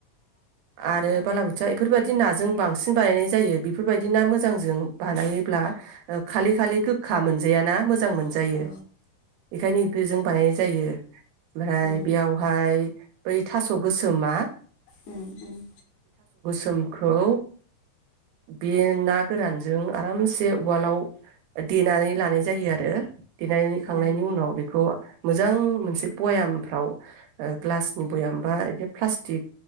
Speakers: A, on the right (about 80°); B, on the left (about 65°).
A: आरो
B: उम औ
A: बालाबोथिया इफोरबादि नाजों बांसिन बानायनाय जायो बेफोरबायदि ना मोजांजों बानायोब्ला ओ खालि खालि गोखा मोन याना मोजां मोनजायो
B: अ
A: एखायनो इफेजों बानायनाय जायो। यो। ओमहाय
B: औ
A: बियावहाय बै थास' गोसोमा
B: उम उम
A: सोमखौ बे ना‌ गोरानजों आरामसे उवालआव ओ देनानै लानाय जायो आरो देनानै खांनायनि
B: औ
A: उनाव बेखौ मोजां मोनसे बयामफ्राव ओ ग्लासनि भयाम बा बिदि प्लास्टिक